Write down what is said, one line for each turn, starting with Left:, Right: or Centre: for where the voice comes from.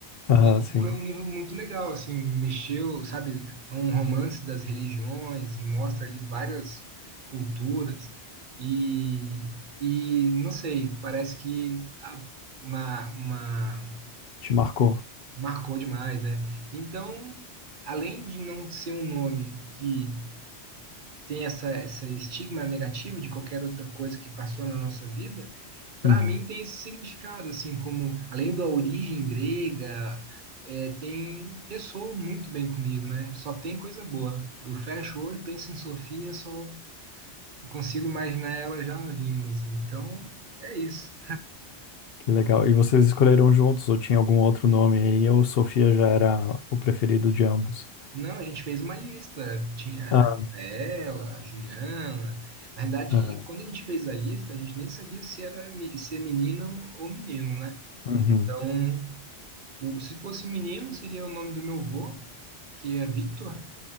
Left: Aham,
Right: E
Left: sim,
Right: foi um livro muito legal, assim, mexeu, sabe, é um romance das religiões, mostra ali várias culturas e, e não sei, parece que a- uma, uma-
Left: te marcou.
Right: marcou demais, né? Então, além de não ser um nome que tem essa, essa estigma negativo de qualquer outra coisa que passou na nossa vida, para
Left: Uhum.
Right: mim tem esse significado, assim, como além da origem grega, é, tem ressoa muito bem comigo, né? Só tem coisa boa. Eu fecho o olho, penso em Sofia, só consigo imaginar ela já vindo, assim. Então, é isso.
Left: Que legal. E vocês escolheram juntos ou tinha algum outro nome aí? Ou Sofia já era o preferido de ambos?
Right: Não, a gente fez uma lista. Tinha a
Left: Ah,
Right: Rafaela, a Juliana. Na verdade,
Left: ah,
Right: quando a gente fez a lista, a gente nem sabia se era me- se é menina ou ou menino, né?
Left: uhum,
Right: Então, o- se fosse menino, seria o nome do meu avô, que é Victor,